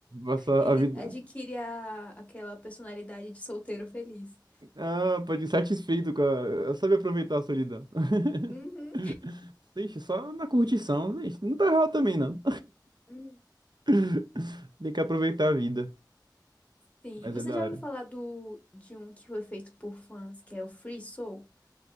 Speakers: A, on the right; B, on the left.
A: Passar
B: Ele
A: a vida.
B: adquire a, aquela personalidade de solteiro feliz.
A: Ah, pode ir satisfeito com a. Sabe aproveitar a solidão. <laughs>
B: Uhum.
A: Deixa, só na curtição. Deixa, não tá errado também, não.
B: Hum.
A: <laughs> Tem que aproveitar a vida.
B: Sim,
A: Mas
B: você
A: é da
B: já
A: hora.
B: ouviu falar do, de um que foi feito por fãs, que é o Free Soul?